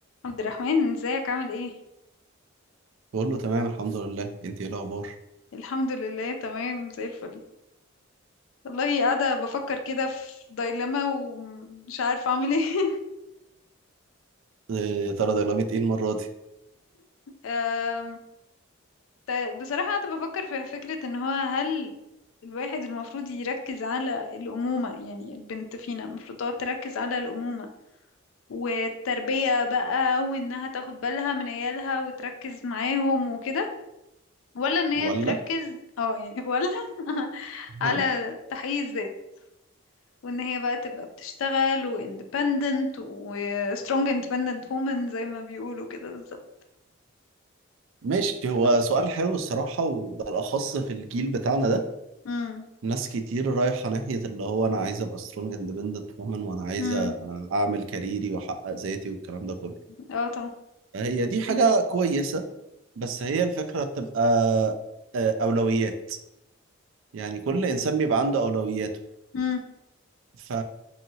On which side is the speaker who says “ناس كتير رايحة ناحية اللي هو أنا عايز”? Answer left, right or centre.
Right